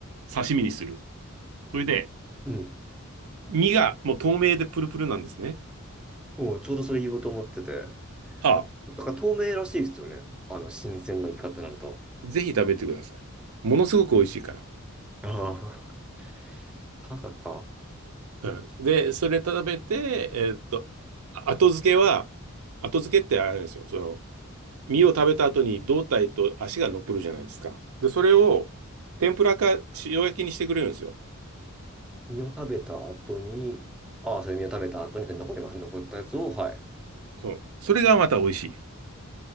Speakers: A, on the right; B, in the centre.
A: 刺身にする。それで、
B: うん。
A: 身がもう透明でプルプルなんですね。
B: もうちょうどそれ言おうと思ってて。
A: ああ、
B: なんか、だから透明らしいですよね。あの、新鮮なイカってなると。
A: ぜひ食べてください。ものすごく美味しいから。
B: ああ、<laughs> 佐賀か。
A: うん。
B: お
A: で、それ食べて、えーっと、あ後付けは、後付けってあれなんですよ。その、身を食べた後に胴体と足が残るじゃないですか。で、それを天ぷらか塩焼きにしてくれるんですよ。
B: 身を食べた後に、ああ、それ身を食べた後に残りますね。残ったやつを、はい。
A: そう。それがまた美味し